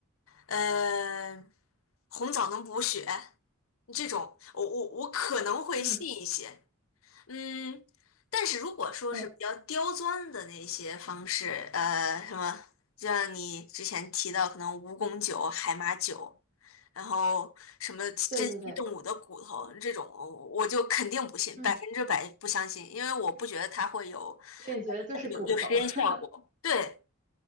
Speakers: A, on the left; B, on the right.
A: 呃，红枣能补血这种，我我我可能会信一些，
B: 嗯
A: 嗯，但是如果说是比较刁钻的那些方式，
B: 嗯，
A: 呃，什么，就像你之前提到可能蜈蚣酒、海马酒，然后什么珍稀动物的骨头这种，
B: 对对对，
A: 我就肯定不信，
B: 嗯，
A: 百分之百不相信，因为我不觉得它会有
B: 因为觉得就是骨头。
A: 呃有有实验效果，
B: <laughs>
A: 对。